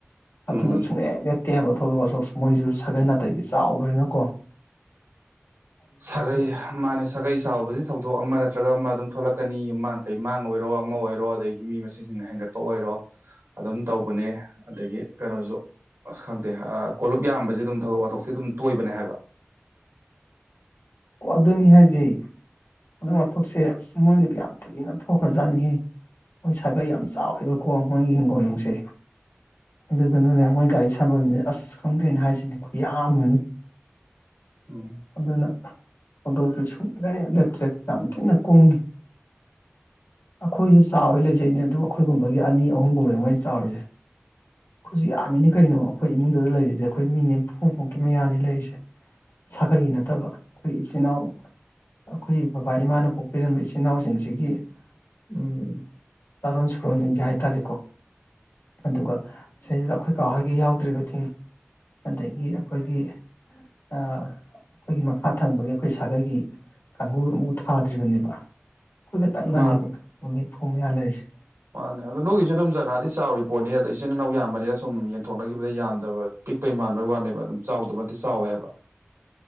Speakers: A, on the right; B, on the left.
A: ꯎꯝ
B: ꯑꯗꯨꯅ ꯁꯨꯛꯅꯦꯞ ꯂꯦꯞꯇꯦ ꯍꯥꯏꯕ ꯊꯧꯗꯣꯛ ꯋꯥꯊꯣꯛꯁꯨ ꯃꯣꯏꯁꯨ ꯁꯥꯒꯩ ꯅꯥꯇꯩꯗꯤ ꯆꯥꯎꯒ꯭ꯔꯦꯅꯀꯣ
A: ꯁꯥꯒꯩ ꯃꯥꯅ ꯁꯥꯒꯩ ꯆꯥꯎꯕꯁꯤ ꯊꯧꯗꯣꯛ ꯑꯃ ꯅꯠꯇ꯭ꯔꯒ ꯑꯃ ꯑꯗꯨꯝ ꯊꯣꯛꯂꯛꯀꯅꯤ ꯌꯨꯝ ꯃꯥꯡ ꯀꯩ ꯃꯥꯡ ꯑꯣꯏꯔꯣ ꯑꯃ ꯑꯣꯏꯔꯣ ꯑꯗꯒꯤ ꯃꯤ ꯃꯁꯤꯡ ꯍꯦꯟꯒꯠꯄ ꯑꯣꯏꯔꯣ ꯑꯗꯨꯝ ꯇꯧꯕꯅꯦ ꯑꯗꯒꯤ ꯀꯩꯅꯣꯁꯨ ꯑꯁ ꯈꯪꯗꯦ ꯀꯣꯂꯨꯞꯞ ꯌꯥꯝꯕꯁꯤ ꯑꯗꯨꯝ ꯊꯧꯗꯣꯛ ꯋꯥꯊꯣꯛꯇꯤ ꯑꯗꯨꯝ ꯇꯣꯏꯕꯅꯦ ꯍꯥꯏꯕ
B: ꯑꯗꯨꯅꯤ ꯍꯥꯏꯖꯩ ꯊꯥꯎ ꯋꯥꯊꯣꯛꯁꯦ ꯑꯁ ꯃꯣꯏꯒꯤꯗꯤ ꯌꯥꯝ ꯊꯤꯅ ꯊꯣꯛꯈ꯭ꯔꯖꯥꯠꯅꯤꯍꯦ꯫ ꯃꯣꯏ ꯁꯥꯒꯩ ꯌꯥꯝ ꯆꯥꯎꯋꯦꯕꯀꯣ ꯃꯣꯏꯒꯤ ꯍꯤꯡꯒꯣꯜ ꯅꯨꯡꯁꯦ꯫ ꯑꯗꯨꯗꯨꯅꯅꯦ ꯃꯣꯏ ꯒꯥꯔꯤ ꯁꯥꯟꯅꯕꯁꯦ ꯑꯁ ꯈꯪꯗꯣꯏꯅꯦ ꯍꯥꯏꯁꯤꯅꯦ ꯈꯨ ꯌꯥꯝ ꯑꯝꯅꯤ꯫
A: ꯎꯝ
B: ꯑꯗꯨꯅ ꯊꯧꯗꯣꯛꯇꯨ ꯁꯨꯡ ꯂꯦꯞꯇ꯭ꯔꯦ ꯌꯥꯝ ꯊꯤꯅ ꯀꯨꯝꯏ ꯑꯩꯈꯣꯏꯁꯨ ꯆꯥꯎꯩ ꯂꯩꯖꯩꯅꯦ ꯑꯗꯨ ꯑꯩꯈꯣꯏꯒꯨꯝꯕꯒꯤ ꯑꯅꯤ ꯑꯍꯨꯝꯒꯨꯝꯕꯗ ꯃꯣꯏꯅ ꯆꯥꯎꯔꯤꯁꯦ꯫ ꯑꯩꯈꯣꯏꯁꯨ ꯌꯥꯝꯃꯤꯅꯤ ꯀꯩꯅꯣ ꯑꯩꯈꯣꯏ ꯏꯃꯨꯡꯗ ꯂꯩꯔꯤꯁꯦ ꯑꯩꯈꯣꯏ ꯃꯤꯅꯦ ꯐꯐꯨꯃꯨꯛꯀꯤ ꯃꯌꯥꯅꯤ ꯂꯩꯔꯤꯁꯦ ꯁꯥꯒꯩꯒꯤ ꯅꯠꯇꯕ ꯑꯩꯈꯣꯏ ꯏꯆꯤꯤꯟ ꯏꯅꯥꯎ ꯑꯩꯈꯣꯏꯒꯤ ꯕꯕꯥ ꯏꯃꯥꯅ ꯄꯣꯛꯄꯤꯔꯝꯕ ꯏꯆꯤꯟ ꯏꯅꯥꯎꯁꯤꯡꯁꯤꯒꯤ ꯎꯝ ꯆꯥꯔꯣꯟ ꯁꯨꯔꯣꯟꯁꯤꯡꯁꯦ ꯍꯥꯏꯇꯥꯔꯦꯀꯣ ꯑꯗꯨꯒ ꯁꯤꯁꯤꯗ ꯑꯩꯈꯣꯏ ꯀꯥ ꯍꯣꯏꯒ ꯌꯥꯎꯗ꯭ꯔꯤꯕꯗꯤ ꯑꯗꯒꯤ ꯑꯩꯈꯣꯏꯒꯤ ꯑꯥ ꯑꯩꯈꯣꯏꯒꯤ ꯃꯈꯥ ꯊꯪꯕꯒꯤ ꯑꯩꯈꯣꯏ ꯁꯥꯒꯩꯒꯤ ꯀꯥꯡꯒꯕꯨ ꯑꯃꯛ ꯊꯥꯗ꯭ꯔꯤꯕꯅꯦꯕ ꯑꯩꯈꯣꯏ ꯈ ꯇꯪꯗꯪꯉꯦꯕ
A: ꯃꯥꯅꯤ
B: ꯅꯨꯡꯗꯤꯠ ꯐꯣꯡꯕ ꯌꯥꯅꯔꯤꯁꯦ
A: ꯃꯥꯅꯦ ꯑꯗꯣ ꯅꯣꯏꯒꯤꯁꯨ ꯑꯗꯨꯝ ꯖꯒꯥꯗꯤ ꯆꯥꯎꯔꯤ ꯄꯣꯠꯅꯤ ꯑꯗꯣ ꯏꯆꯤꯟ ꯏꯅꯥꯎ ꯌꯥꯝꯕꯅꯤꯅ ꯁꯨꯝ ꯊꯣꯟꯅꯈꯤꯕꯗ ꯌꯥꯝꯗꯕ ꯄꯤꯛꯄꯩ ꯃꯥꯟꯕꯩ ꯋꯥꯅꯦꯕ ꯑꯗꯨꯝ ꯆꯥꯎꯗꯕ ꯅꯠꯇꯦ ꯆꯥꯎꯋꯦ ꯍꯥꯏꯕ